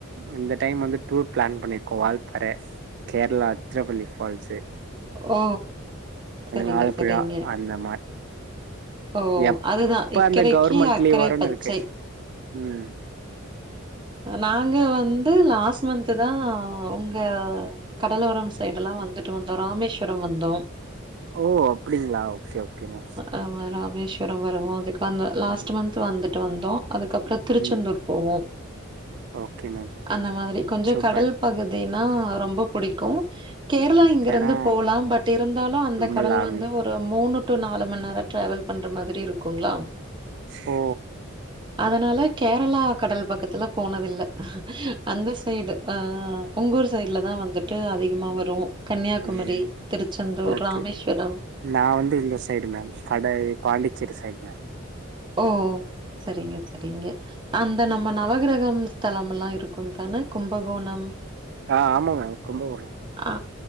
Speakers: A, on the right; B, on the right.
A: இந்த டைம் வந்து டூர் ப்ளான் பண்ணிர்க்கோ வால்பாற கேர்ளா அத்ரப்பள்ளி ஃபால்ஸ்ஸு
B: ஓ செரிங்க
A: வாழப்பழா
B: செரிங்க
A: அந்த மாரி
B: ஓ
A: எப்ப
B: அதுதா இக்கறைக்கு
A: அந்த கவர்மெண்ட்
B: அக்கறை
A: லீவ் வரும்னு
B: பச்சை
A: இருக்கு ம்
B: நாங்க வந்து லாஸ்ட் மந்த்து தா உங்க கடலோரம் சைடுல்லா வந்துட்டு வந்தோம் ராமேஸ்வரோம் வந்தோம்
A: ஓ அப்டிங்ளா ஓக்கே ஓக்கேங்க
B: ஆ வர ராமேஸ்வரோம் வருவோ அதுக்கு வந்து லாஸ்ட்
A: ம்
B: மந்த் வந்துட்டு வந்தோ அதுக்கப்றோ திருச்செந்தூர்
A: ம்
B: போவோ
A: ஓகே மேம்
B: அந்த மாதிரி கொஞ்சோ
A: சூப்பர்
B: கடல் பகுதி பதினா ரொம்ப புடிக்கு கேரளா இங்கெருந்து
A: ஏன்னா
B: போலா பட் இருந்தாலு அந்த
A: ரொம்ப
B: கடல்
A: லாங்
B: வந்து ஒ ரு மூணு டு நாலு மணி நேர டிராவல் பண்ற மாதிரி இருக்குங்களா
A: ஓ
B: அதனால கேரளா கடல் பக்கத்துல போனதுல்ல அந்த சைடு ஆ உங்க ஊர் சைட்ல தா வந்துட்டு அதிகமா வரு கன்யா குமரி
A: ம்
B: திருச்செந்தூர்
A: ஓகே
B: ராமேஷ்வரம்
A: நா வந்து இந்த சைடு மேம் கட பாண்டிச்சேரி சைட் மே
B: ஓ சரிங்க சரிங்க அந்த நம்ம நவகிரகம் ஸ்தலம் எல்லா இருக்கு தானே கும்பகோணம்
A: ஆ ஆமா மேங்க கும்பகோன
B: ஆ